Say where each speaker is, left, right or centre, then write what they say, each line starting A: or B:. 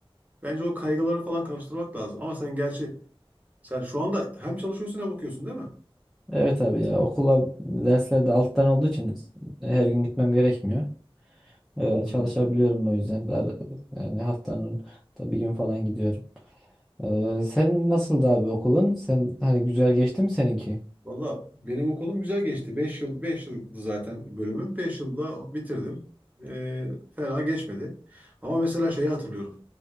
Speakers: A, on the right (about 15°); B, in the centre.
A: Bence o kaygıları falan karıştırmak lazım. Ama sen gerçi sen şu anda hem çalışıyorsun hem okuyorsun değil mi?
B: Evet abi ya okula derslerde alttan olduğu için her gün gitmem gerekmiyor. Ee,
A: Hmm.
B: çalışabiliyorum o yüzden. Ar- Yani haftanın da bir gün falan gidiyorum. Ee, sen nasıldı abi okulun? Sen hani güzel geçti mi seninki?
A: Valla benim okulum güzel geçti. 5 yıl 5 yıldı zaten bölümüm. beş yılda bitirdim. Ee, fena geçmedi. Ama mesela şeyi hatırlıyorum.